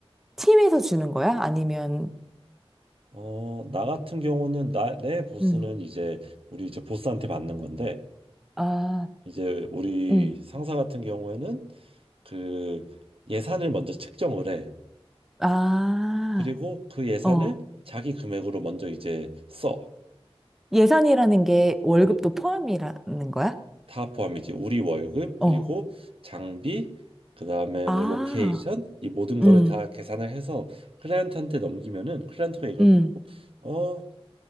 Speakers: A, in the centre; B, on the right.
A: 팀에서 주는 거야? 아니면,
B: 어, 나 같은 경우는 나, 내 보스는
A: 음,
B: 이제 우리 이제 보스한테 받는 건데
A: 아,
B: 이제 우리
A: 음,
B: 상사 같은 경우에는 그 예산을 먼저 측정을 해.
A: 아,
B: 그리고 그 예산을
A: 어.
B: 자기 금액으로 먼저 이제 써.
A: 예산이라는 게 월급도
B: 음.
A: 포함이라는 거야?
B: 다 포함이지. 우리 월급 그리고
A: 어.
B: 장비 그다음에
A: 아,
B: 뭐 로케이션 이 모든 거를
A: 음,
B: 다 계산을 해서 클라이언트한테 넘기면은 클라이언트가 이걸
A: 음,
B: 보- 어,